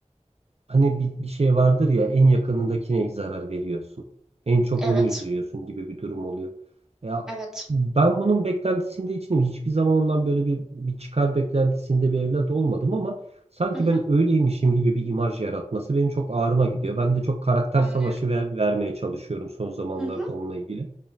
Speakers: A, on the right; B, in the centre.
A: Hani bir, bir şey vardır ya en yakınındakine zarar veriyorsun. En çok
B: Evet
A: onu üzüyorsun gibi bir durum oluyor. Ya
B: evet.
A: ben bunun beklentisinde içinim. Hiçbir zaman ondan böyle bir, bir çıkar beklentisinde bir evlat olmadım ama sanki
B: Hı hı,
A: ben öyleymişim gibi bir imaj yaratması benim çok ağrıma gidiyor. Ben de çok karakter
B: anlıyorum.
A: savaşı ver, vermeye çalışıyorum son zamanlarda
B: Hı hı,
A: onunla ilgili.